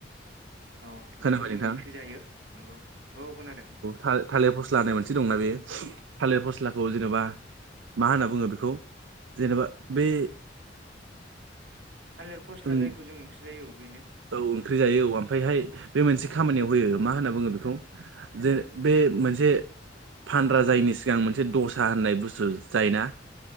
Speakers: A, on the right; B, on the right.
A: औ
B: खोनाबाय
A: जायखौ जों
B: नोंथां
A: ओंख्रि जायो नोंगौ औ खोनादों
B: था थालेर फस्ला होननाय मोनसे दंना बे थालेर फस्लाखौ जेन'बा
A: औ
B: मा होनना बुङो बेखौ जेनबा बे
A: थालिर फस्ला
B: ओं
A: जायखौ जों ओंख्रि जायो औ बेनो
B: औ ओंख्रि
A: उम
B: जायो औ ओमफ्रायहाय बे मोनसे खामानियाव होयो मा होनना बुङो बेखौ जे बे मोनसे फानग्रा जायैनि सिगां मोनसे दसा होननाय बुस्थु जायोना